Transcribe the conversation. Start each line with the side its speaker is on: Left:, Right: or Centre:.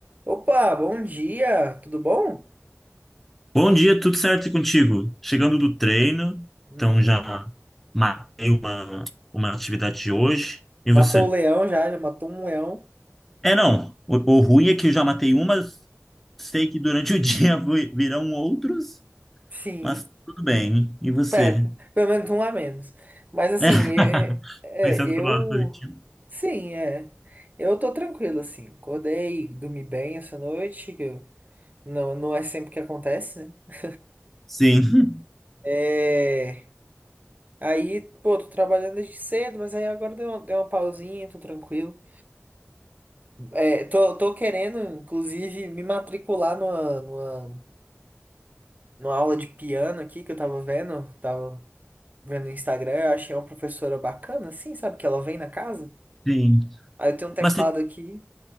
Right: Opa, bom dia, tudo bom?
Centre: Bom dia, tudo certo e contigo? Chegando do treino,
Right: Uhum.
Centre: então já matei uma, uma atividade de hoje. E
Right: Matou
Centre: você?
Right: o leão já, já matou um leão.
Centre: É, não. O, o ruim é que eu já matei umas, sei que durante o <laughs> dia vi- virão outros,
Right: Sim,
Centre: mas tudo bem. E você?
Right: é, pelo menos um a menos. Mas assim,
Centre: É, <laughs>
Right: é, é,
Centre: pensando
Right: eu.
Centre: pelo lado positivo.
Right: Sim, é. Eu tô tranquilo, assim. Acordei, dormi bem essa noite, que eu- não, não é sempre que acontece, né?
Centre: Sim,
Right: É. Aí, pô, tô trabalhando desde cedo, mas aí agora deu, uma- deu uma pausinha, tô tranquilo. É, tô, tô querendo, inclusive, me matricular numa, numa numa aula de piano aqui que eu tava vendo, tava vendo no Instagram, eu achei uma professora bacana, assim, sabe? Que ela vem na casa.
Centre: sim.
Right: Aí eu tenho um teclado
Centre: Mas, você-
Right: aqui.